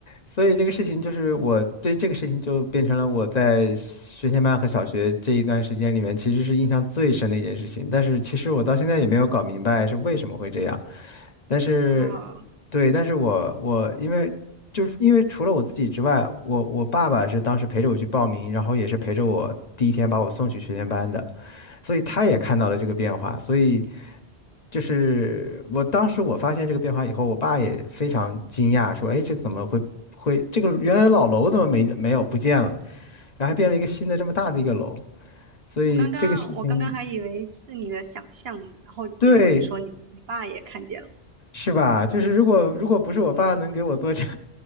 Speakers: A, on the left (about 40°); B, on the right (about 65°).
A: 所以这个事情就是我对这个事情就变成了我在学前班和小学这一段时间里面其实是印象最深的一件事情，但是其实我到现在也没有搞明白是为什么会这样，但是，
B: 啊，
A: 对，但是我我因为就是因为除了我自己之外，我我爸爸是当时陪着我去报名，然后也是陪着我第一天把我送去学前班的，所以他也看到了这个变化，所以。就是我当时我发现这个变化以后，我爸也非常惊讶，说：“哎，这个怎么会会这个原来老楼怎么没没有不见了？然后还变了一个新的这么大的一个楼，所以这个事情，
B: 我刚刚我刚刚还以为是你的想象，然后结果你说你你爸也看见了，
A: 对，是吧？就是如果如果不是我爸能给我做证，
B: 嗯。